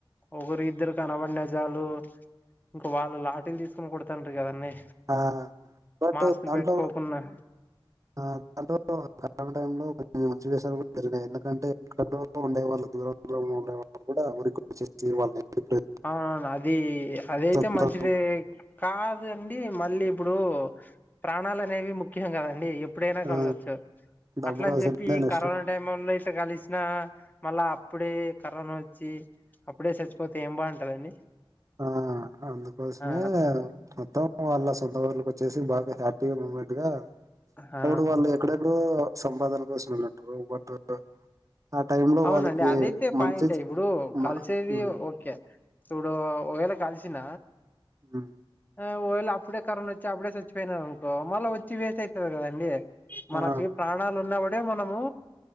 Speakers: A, on the left (about 20°); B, on the right (about 35°).
A: ఒకరు ఇద్దరు కనబడినజాలు ఇంక వాళ్ళు లాటీలు తీసుకొని కొడతారు కదండి
B: ఆ బట్
A: మాస్కులు
B: దాంట్లో
A: పెట్టుకోకునా
B: ఆ అటు కరోనా టైం లో చి చేసే కూడా జరినయి ఎందుకంటే ఎక్కడ ఉండే వాళ్ళు దూర ఉండేళ్ళ కూడా రి <unintelligible>
A: అవునను అదైతే
B: సొంత
A: మంచిదే
B: ఊరు.
A: కాదండి మళ్ళీ ఇప్పుడు ప్రాణాలు అనేవి ముఖ్యం కదండి ఎప్పుడైనా కలిసొచ్చు
B: ఆ, డబ్బు
A: అట్ల
B: కావాల్సిందే
A: అని చెప్పి ఈ
B: నెక్స్ట్
A: కరోనా టైమ్ లో అయితే కలిసి ఇ మళ్ళా అప్పుడే కరోనా వచ్చి అప్పుడే చచ్చిపోతే ఏం బాగుంటదండి
B: ఆ అందుకోసమే
A: ఆ
B: మొత్తం వాళ్ళ సొంత ఊర్లకు వచ్చేసి బాగా హ్యాపీగా మూమెంట్
A: ఆ
B: అప్పుడు వాళ్ళు ఎక్కడెక్కడో సంపాదన కోసం వెళ్ళంటారు బట్ ఆ టైంలో
A: అవునండి
B: వాళ్ళకి
A: అదైతే పాయింట్
B: మంచి
A: ఇప్పుడు
B: మ-
A: కలిసేది
B: ఉమ్,
A: ఓకే ఇప్పుడు ఒకవేళ కాలిసిన
B: ఉ
A: ఒక వేల అప్పుడే కరోనా వచ్చి అప్పుడే చచ్చిపోయినారు అనుకో మళ్ళీ వచ్చి వేస్ అవుతుంది కదండి మనకి
B: ఆ,
A: ప్రాణాలు ఉన్నప్పుడే మనము